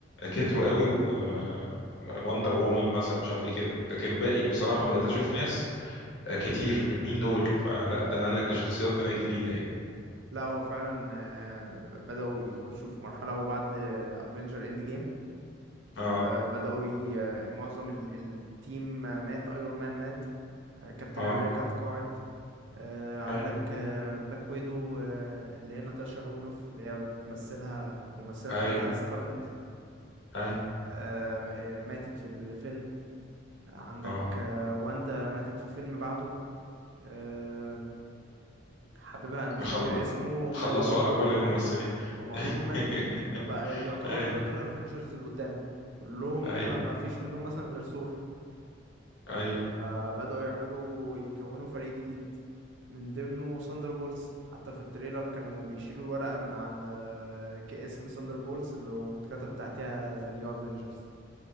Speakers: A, on the left; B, on the right.
A: كتروا قوي ووندر وومن مثلا مش عارف ايه كده لكن الباقي بصراحة بقيت اشوف ناس آه، كتير مين دول فلا ده
B: مم.
A: قال لك ده شخصيات طلعت جديدة يعني
B: لا هو فعلا آه، ب- بدأوا يخشوا في مرحلة وبعد افنجر اند جيم
A: اه
B: بدأوا ي... آه، معظم ال... التيم آه، مات ايرون مان مات آه، كابتن
A: اه
B: امريكا اتقاعد آه، عندك
A: اي
B: آه، بلاك ويدو آه، اللي هي ناتاشا رومانوف اللي هي بتمثلها الممثلة
A: اي
B: بتاعتها سكارلت
A: اي
B: آه، آه، ماتت في الفيلم عندك
A: اه
B: آه، واندا ماتت في فيلم بعده آه، حبيبها انا مش
A: خل...
B: فاكر اسمه مات
A: خلصوا
B: برضه
A: على كل
B: في الفيلم
A: الممثلين
B: فمعظمهم
A: <laughs>
B: ماتوا فبقى يعتبر
A: اي
B: دلوقتي الافينجرز اللي قدام كلهم
A: اي
B: ما فيش منهم مثلا غير ثور
A: اي
B: آه، بدأوا يعملوا يكونوا فريق جديد من ضمنه ساندر بولز حتى في التريلر كانوا بيشيلوا الورقة من عند آه، كاسم ساندر بولز اللي واتكتب تحتها ذا نيو افينجرز